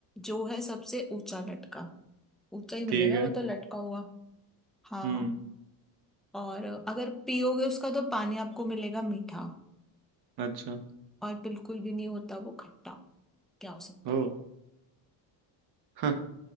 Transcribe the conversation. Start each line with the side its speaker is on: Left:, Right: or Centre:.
Centre: जो है सबसे ऊंचा लटका ऊंचा ही मिलेगा
Right: ठीक है
Centre: वो तो लटका हुआ हाँ
Right: हम्म
Centre: और अगर पियोगे उसका तो पानी आपको मिलेगा मीठा
Right: अच्छा
Centre: और बिल्कुल भी नहीं होता वो खट्टा क्या हो सकता
Right: हो
Centre: है
Right: <laughs>